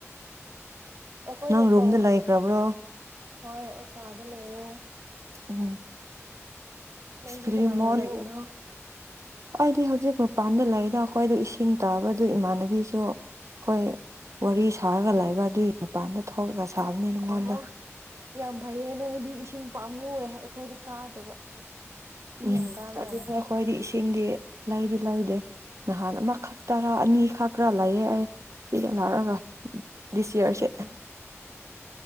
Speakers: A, on the right (about 60°); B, on the right (about 75°).
A: ꯑꯩꯈꯣꯏꯅ
B: ꯅꯪ ꯔꯨꯝꯗ
A: ꯇꯧ
B: ꯂꯩꯈ꯭ꯔꯕ꯭ꯔꯣ
A: ꯍꯣꯏ ꯑꯩ ꯀꯥꯗ ꯂꯩꯔꯦ
B: ꯎ
A: ꯅꯪꯗꯤ
B: ꯐꯃꯅꯤ
A: ꯀꯅꯥ ꯀꯅꯥ ꯂꯩꯏꯅꯣ
B: ꯑꯩꯗꯤ ꯍꯧꯖꯤꯛ ꯃꯄꯥꯟꯗ ꯂꯩꯔꯤꯗ ꯑꯩꯈꯣꯏꯗ ꯏꯁꯤꯡ ꯇꯥꯕꯗ ꯏꯃꯥꯟꯅꯕꯤꯁꯨ ꯑꯩꯈꯣꯏ ꯋꯥꯔꯤ ꯁꯥꯔꯒ ꯂꯥꯛꯕ ꯑꯗꯨꯒꯤ ꯃꯄꯥꯟꯗ ꯊꯣꯛꯂꯒ ꯁꯥꯕꯅꯤ ꯅꯉꯣꯟꯗ
A: ꯑꯣꯍꯣ ꯌꯥꯝ ꯐꯩꯌꯦ ꯅꯣꯏꯗꯤ ꯏꯁꯤꯡ ꯄꯥꯝꯃꯨꯦ ꯑꯩꯈꯣꯏꯗꯤ ꯀꯥꯗꯕ ꯏ
B: ꯎꯝ
A: ꯌꯥꯝ ꯀꯥꯕꯖꯥꯠꯅꯦ
B: ꯑꯗꯨ ꯑꯩꯈꯣꯏꯗꯤ ꯏꯁꯤꯡꯗꯤ ꯂꯩꯗꯤ ꯂꯩꯗꯦ ꯅꯍꯥꯟ ꯑꯃ ꯈꯛꯛꯇꯔꯥ ꯑꯅꯤ ꯈꯛ ꯈꯔꯥ ꯂꯩꯌꯦꯦ ꯑꯩ ꯁꯤꯗ ꯂꯥꯛꯔꯒ ꯗꯤ ꯁꯤꯔꯁ
A: ꯎꯝ